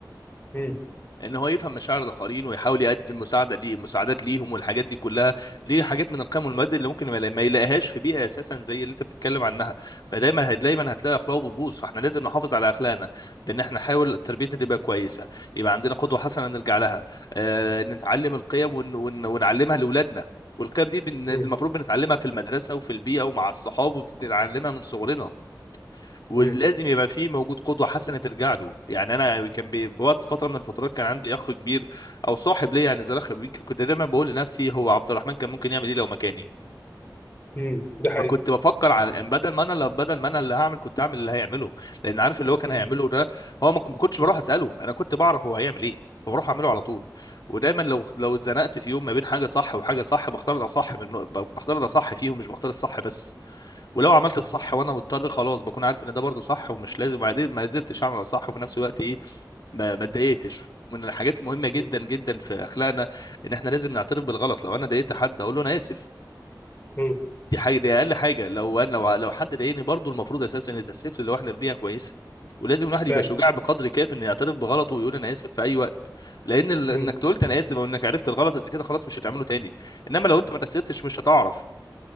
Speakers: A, on the left; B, on the left.
A: مم.
B: ان هو يفهم مشاعر الاخرين ويحاول يقدم مساعده ليه مساعدات ليهم والحاجات دي كلها دي حاجات من القيم والمبادئ اللي ممكن ما يلا- ما يلاقيهاش في بيئه اساسا زي اللي انت بتتكلم عنها فدايما هت- دايما هتلاقي اخلاق بتبوظ فاحنا لازم نحافظ على اخلاقنا بان احنا نحاول تربيتنا تبقى كويسه يبقى عندنا قدوه حسنه نرجع لها آه نتعلم القيم ون... ون... ونعلمها لاولادنا والقيم دي بن... المفروض
A: مم.
B: بنتعلمها في المدرسه وفي البيئه ومع الصحاب وبتتعلمها من صغرنا ولازم
A: مم.
B: يبقى فيه موجود قدوة حسنة ترجع له يعني أنا كان بي في وقت فترة من الفترات كان عندي أخ كبير أو صاحب ليا يعني زي أخ بيك كنت دايما بقول لنفسي هو عبد الرحمن كان ممكن يعمل إيه لو مكاني
A: مم. ده حقيقي
B: فكنت بفكر على إن بدل ما انا اللي بدل ما انا اللي هعمل كنت هعمل اللي هيعمله لان عارف اللي هو كان
A: مم.
B: هيعمله ده هو ما ما كنتش بروح اساله انا كنت بعرف هو هيعمل ايه فبروح اعمله على طول ودايما لو لو اتزنقت في يوم ما بين حاجه صح وحاجه صح بختار ده صح من بختار ده صح فيهم مش بختار الصح بس ولو عملت الصح وانا مضطر خلاص بكون عارف ان ده برضو صح ومش لازم وبعدين ما قدرتش اعمل الصح وفي نفس الوقت ايه ما ما اتضايقتش ومن الحاجات المهمه جدا
A: مم.
B: جدا في اخلاقنا ان احنا لازم نعترف بالغلط لو انا ضايقت حد اقول له انا اسف
A: مم.
B: دي حاجه دي اقل حاجه لو انا لو لو حد ضايقني برضو المفروض اساسا ان يتاسف لي لو احنا في بيئه كويسه ولازم الواحد
A: فعلا
B: يبقى شجاع بقدر كاف انه يعترف بغلطه ويقول انا اسف في اي وقت لان ال-
A: مم.
B: انك قلت انا اسف او انك عرفت الغلط انت كده خلاص مش هتعمله تاني انما لو انت ما تاسفتش مش هتعرف